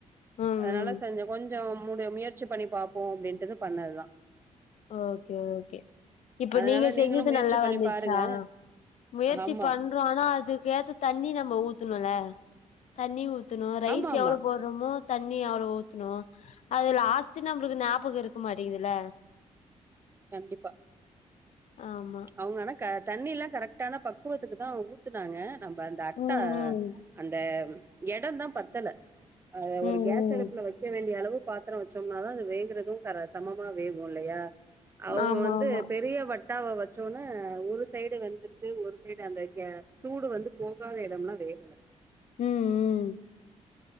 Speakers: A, on the left; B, on the right.
A: ம், ம்.
B: அதனால செஞ்ச கொஞ் கொஞ்ச முடு முயற்சி பண்ணி பாப்போ அப்டின்ட்டுது பண்ணது தா
A: ஓகே ஓகே இப்ப
B: அதனால
A: நீங்க செஞ்சது
B: நீங்களு முயற்சி
A: நல்லா
B: பண்ணி
A: வந்துச்சா
B: பாருங்க
A: முயற்சி
B: ஆமா
A: பண்றோ ஆனா அதுக்கேத்த தண்ணி நம்ம ஊத்தனுல தண்ணி ஊத் த்தனு ரைஸ்
B: ஆமா ஆமா
A: எவ்ளோ போறோமோ தண்ணி அவ்ளவ் ஊத்துனு அது லாஸ்டு நம்புளுக்கு ஞாபக இருக்க மாட்டிங்குதுல்ல
B: கண்டிப்பா
A: ஆமா
B: அவங்கனா க தண்ணி எல்லா கரெக்டான பக்குவத்துக்கு தா ஊத்துனாங்க நம்ம அந்த அட்டா
A: ம் ம்
B: அந்த எடம் தா பத்தல அ
A: ம்
B: ஒரு கேஸ்
A: ம்
B: அடுப்புல வெக்க வேண்டிய அளவுக் பாத்திரம் வச்சோம்னா தா அது வேகறது கர சமமா வேகு இல்லையா அவுங்க
A: ஆமா
B: வந்து
A: ஆமா
B: பெரிய வட்டாவ வச் சோன ஒரு சைடு வெந்திருக்கு ஒரு சைடு அந்த கே சூடு வந் போகாத இடம் லா வேகல
A: ம் ம்